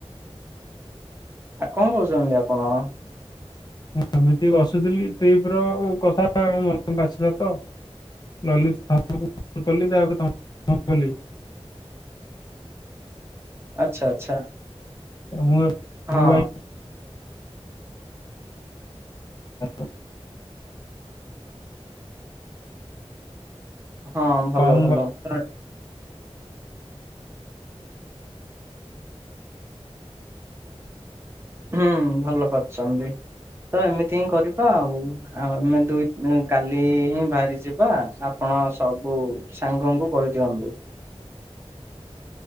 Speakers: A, on the right; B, on the left.
A: ଆଉ କଣ କଉଚନ୍ତି ଆପଣ।
B: ହଁ ଏମିତି ବସୁଥିଲି ଟ୍ରିପର କଥା ମନକୁ ଆସିଲାତ ଲଲିତାକୁ ଫୋନ୍ କଲି ତାପରେ ତମକୁ ଫୋନ୍ କଲି।
A: ଆଚ୍ଛା ଆଚ୍ଛା।
B: ମୁଏବେ
A: ହଁ
B: ମୁଭାଇ <unintelligible>
A: ହଁ ଭଲ
B: କମ
A: ଭଲ ତା ହୁଁ ଭଲ କରିଛନ୍ତି ତଏମିତିହିଁ କରିବା ଆଉ ଆଉ ଆମେ ଦୁଇ କାଲିହିଁ ବାହାରି ଯିବା ଆପଣ ସବୁ ସାଙ୍ଗଙ୍କୁ କହିଦିଅନ୍ତୁ।